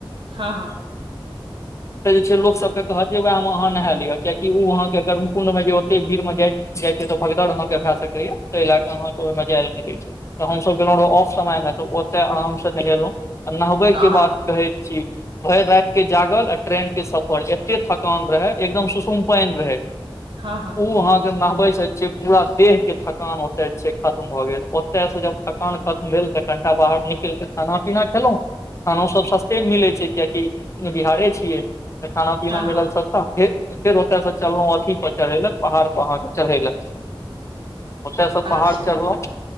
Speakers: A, on the right; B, on the left.
A: हँ हँ
B: <inaudible> तऽ जे छै लोक सबके कहलियै वैह मे अहाँ नहे लिय कियेकि ओ अहाँ के गर्मकुंड मे जे ओ तै भीड़ मे जाइ छै तऽ भगदड़ अहाँ के भे सकैये तै ले कऽ तें अहाँ के ओइ मे जैए नै दै छै तऽ हमसब गेलौं रह ऑफ समय मे तऽ ओत आराम से नहेलौं। आ नहबैके
A: तऽ अहाँ
B: बात कहै छी। भरि राति के जागल आ ट्रेन के सफर एत्ते थकान रहै एकदम सुसुम पानि रहै।
A: हँ-हँ।
B: ऊ अहाँ के नहबै छै से पूरा देह के थकान ओतय से खतम भऽ गेल ओतय से जब थकान खत्म भेल तऽ कनिटा बाहर निकैल कऽ खाना- पीना खेलौं। खानोसभ सस्तेमे मिलै छै कियेकि बिहारे छियै तऽ खाना पीना
A: हँ
B: मिलल
A: हँ
B: सस्ता फेर फेर ओतयसँ चललौं अथी पर चढ़य लए पहाड़ पर अहाँके चढ़य लए ओतयसँ
A: अच्छा
B: पहाड़ चढ़लौं